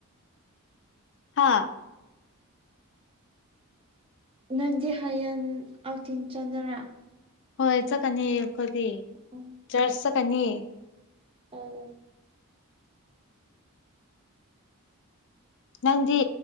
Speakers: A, on the left (about 50°); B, on the right (about 25°).
A: ꯍꯥꯥ
B: ꯅꯪꯗꯤ ꯍꯌꯦꯡ ꯑꯥꯎꯊꯤꯟ ꯆꯅꯔꯥ
A: ꯍ ꯌꯥꯆ ꯀꯅꯤ ꯈꯗꯤ
B: ꯑꯣ
A: ꯆꯔꯁ ꯆꯠꯀꯅꯤ
B: ꯎꯝ ꯎꯝ
A: ꯅꯪꯗꯤ